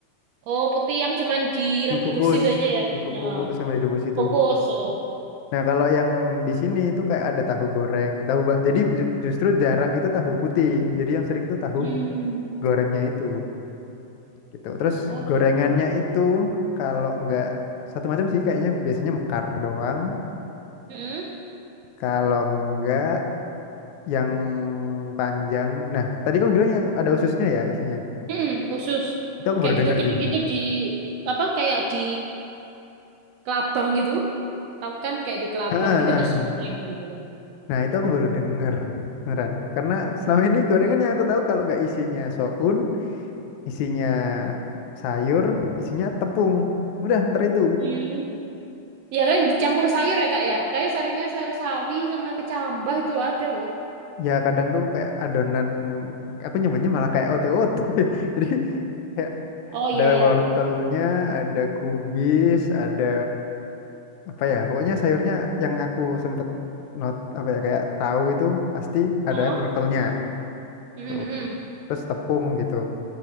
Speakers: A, on the right; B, on the left.
A: oh putih yang cuman direbus
B: dikukus,
A: itu aja ya.
B: dikukus
A: Heeh.
B: sama direbus itu.
A: Fokus. heeh.
B: Nah, kalau yang di sini itu kayak ada tahu goreng, tahu bak. Jadi ju- justru jarang itu tahu putih. Jadi yang sering itu tahu
A: Hmm.
B: gorengnya itu gitu. Terus
A: Oh
B: gorengannya
A: gitu.
B: itu kalau nggak satu macam sih kayaknya biasanya mekar doang.
A: Hmm.
B: Kalau nggak yang panjang. Nah, tadi kamu bilang yang ada ususnya ya isinya.
A: Hmm. Usus.
B: Itu aku
A: Kayak
B: baru
A: gede-gede
B: dengar sih.
A: gitu di apa? Kayak di kelabang gitu. Tahu kan kayak di kelabang
B: Ah, ah,
A: gitu terus
B: ah.
A: digoreng gitu.
B: Nah, itu aku baru denger. Beneran. Karena selama ini gorengan yang aku tahu kalau nggak isinya soun, isinya sayur, isinya tepung. Udah, ntar itu.
A: Hmm. Ya kan dicampur sayur ya kak ya. Kayak sayurnya sayur sawi sama kecambah itu ada loh.
B: Ya kadang tuh kayak adonan, aku nyebutnya malah kayak otot <laughs> Jadi kayak
A: Oh iya
B: ada
A: iya.
B: wortelnya, ada kubis, ada apa ya? Pokoknya sayurnya yang aku sempet not apa ya kayak tahu itu pasti ada
A: Oh.
B: wortelnya.
A: Mm-mm.
B: Tuh. Terus tepung gitu.